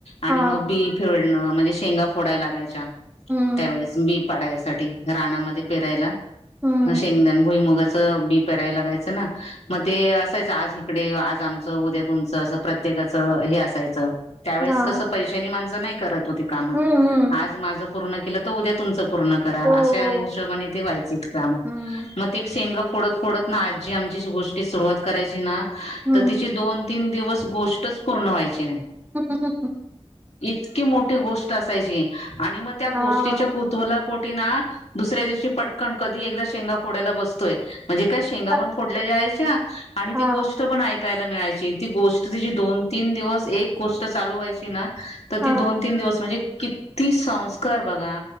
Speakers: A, on the left; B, on the right.
A: आणि
B: हा
A: मग बी फेव म्हणजे शेंगा फोडा लागायच्या
B: हम्म
A: त्यावेळेस बी पाडायसाठी राणामध्ये पेरायला
B: हम्म
A: ह शेंगदाान भुई मूग च बी पेरायला जायचं ना ना मग ते असच आज इकडे आज आमच उद्या तुमचं प्रत एकमेकांस हे असायचं त्यावेळेस
B: हा
A: कसं पैशानी माणसं नाही करत होती कामं
B: हम्म हम्म
A: आज माझं पूर्ण केलं तर उद्या तुमचं पूर्ण करा
B: हो,
A: अशा
B: हो.
A: हिशोबाने ते व्हायचेत काम
B: हं.
A: मग ती शेंगा फोडत फोडत ना आजी आमची गोष्टी सुरुवात करायची ना
B: हं.
A: तर तिची दोन तीन दिवस गोष्टच पूर्ण व्हायची नाही
B: सका स
A: इतकी मोठी गोष्ट असायची आणि मग त्या
B: हां.
A: गोष्टीच्या कृतूला पोटी ना दुसऱ्या दिवशी पटकन कधी एक शेंगा पुढ बसतोय मनजे काय शेंगा
B: हं.
A: फोडल्या जायच्या म्हण पण फोडल्याच्या आणि
B: हां,
A: गोस्ट पण यला मिळाय ती गोष्ट तिी दोन तीन दिवस एक गोष्ट चालू व्हायची ना <unintelligible> तर
B: हां.
A: ती दोन तीन दिवस म्हणजे किती संस्कार बघा